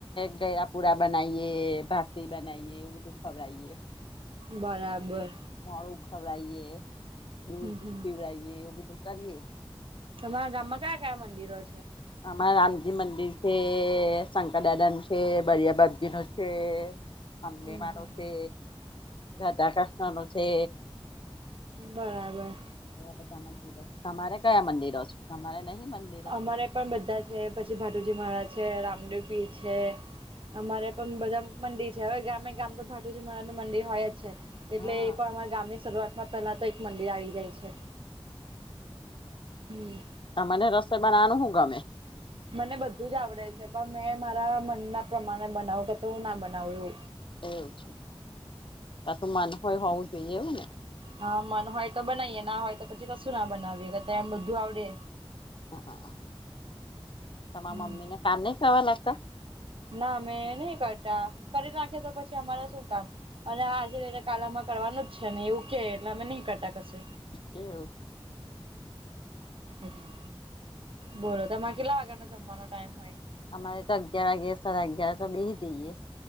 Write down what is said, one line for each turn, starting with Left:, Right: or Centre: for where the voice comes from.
Left: ગળપુરા બનાવીએ ભાપરી બનાવીએ એવું બધું ખવડઈએ
Right: બરાબર
Left: મોડું ખવડઈએ દૂધ
Right: હમ હમ
Left: પીવડઈએ એવું બધું કરીએ
Right: તમારા ગામમાં ક્યાં કયા મંદિરો છે.
Left: આમામાં રામજી મંદિર છે શંકર દાદન છે બરિયા બાપજી નું છે. અંબેમારું
Right: હમ
Left: છે, રાધા કૃષ્ણ નું છે.
Right: બરાબર
Left: હ બધા મંદિરો તમારે કયા મંદિરો છે, તમારે નહી મંદિર
Right: અમારે પણ બધા છે પછી ભાટુજી મહારાજ છે રામદેવ પીર છે. અમારે પણ બધા મંડી છે હવે ગામે ગામ તો ભાટુજી માનું મંડીિ હોય જ છે. એટલે
Left: હા
Right: એ પણ અમારા ગામની શરૂઆતમાં પહેલા તો એક મંદિર આવી જાય છે. હમ
Left: તને રસોઈ બનાવાનું હુ ગમે
Right: મને બધું જ આવડે છે, પણ મેં મારા મનના પ્રમાણે બનાવ કે તો હુ ના બનાવુ
Left: એવું છે, ક તો મન હોય હોવું જોઈએ એવું ને
Right: હા મન હોય તો બનાવીએ ના હોય, તો પછી કશું ના બનાવીએ કે એમ બધું આવડે
Left: હા તમારા
Right: હમ
Left: મમ્મીને કામ નહી કરવાવા લાગતા.
Right: ના મેં નહી કરતા કરી નાખી એ તો પછી અમારે શું કામ અને આજે લઈને કાલનામાં કરવાનું જ છેને, એવું કે એટલે અમે નહી કરતા કશ
Left: એવુ
Right: એટલે બોલો તમાર કેટલા વાગાનો જમવાનો ટાઈમ હોય.
Left: અમારે તો અગિયાર વાગે સાડા અગિયાર તો બેહિ જઈએ.